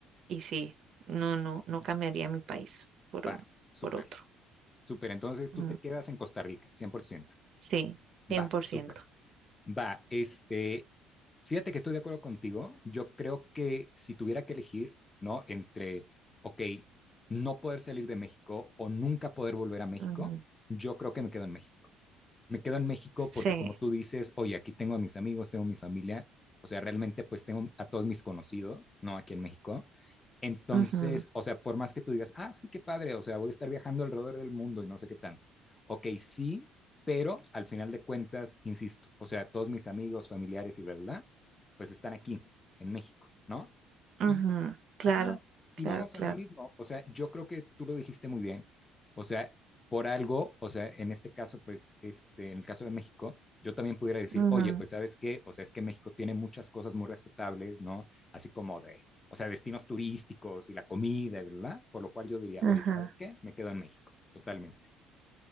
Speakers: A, on the right; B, on the left.
A: y sí, no, no, no cambiaría mi país por,
B: va,
A: o-
B: súper,
A: por otro.
B: súper. Entonces tú
A: Ujú.
B: te quedas en Costa Rica, 100%.
A: Sí, 100%.
B: Va, súper. Va, este, Fíjate que estoy de acuerdo contigo. Yo creo que si tuviera que elegir, ¿no? Entre, ok, no poder salir de México o nunca poder volver a México,
A: Ujú.
B: yo creo que me quedo en México me quedo en México
A: Sí,
B: porque como tú dices, oye, aquí tengo a mis amigos, tengo a mi familia, o sea, realmente pues tengo a todos mis conocidos, ¿no? Aquí en México. Entonces,
A: ujú,
B: o sea, por más que tú digas, ah, sí, qué padre, o sea, voy a estar viajando alrededor del mundo y no sé qué tanto. Ok, sí, pero al final de cuentas, insisto, o sea, todos mis amigos, familiares y bla, bla, bla, pues están aquí, en México, ¿no?
A: ujú.
B: Y
A: Claro,
B: Ajá,
A: claro,
B: y vamos
A: claro.
B: a lo mismo. O sea, yo creo que tú lo dijiste muy bien. O sea, por algo, o sea, en este caso, pues, este, en el caso de México, yo también pudiera decir,
A: Ujú,
B: oye, pues, ¿sabes qué? O sea, es que México tiene muchas cosas muy respetables, ¿no? Así como de, o sea, destinos turísticos y la comida, ¿verdad? Por lo cual yo diría,
A: Ajá,
B: oye, ¿sabes qué? Me quedo en México, totalmente.